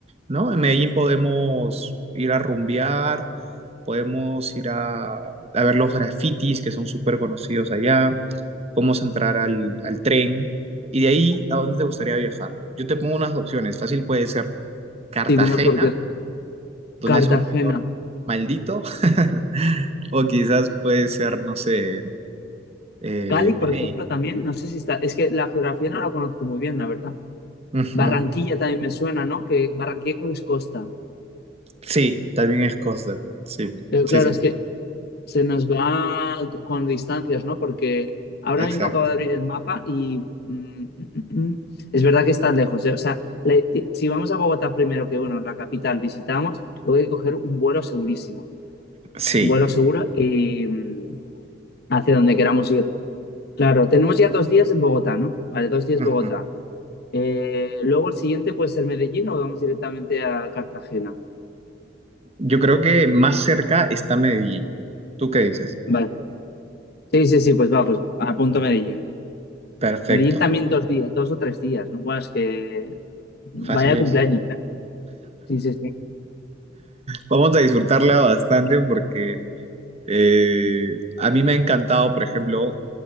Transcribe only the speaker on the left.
Sí, dime por qué.
Cartagena.
Cali, por
ejemplo, también, no sé si está, es que la geografía no la conozco muy bien, la verdad.
Barranquilla también me suena, ¿no? Que Barranquilla creo que es costa.
Pero
claro,
es
que se nos va c- con distancias, ¿no? Porque ahora
mismo acabo de abrir el mapa y mm, mm, mm, mm, es verdad que está lejos, ¿eh? O sea, la- ti- si vamos a Bogotá primero, que bueno, la capital visitamos, luego hay que coger un vuelo segurísimo.
Un vuelo seguro y mm, hacia donde queramos ir. Claro, tenemos ya dos días en Bogotá, ¿no? Vale, dos días
Bogotá. Eh, luego el siguiente puede ser Medellín o vamos directamente a Cartagena.
Vale. Sí, sí, sí, pues va, pues apunto Medellín.
Medellín también dos días, dos o tres días, ¿no? Bueno, es que vaya
cumpleaños, ¿eh? Sí, sí, sí.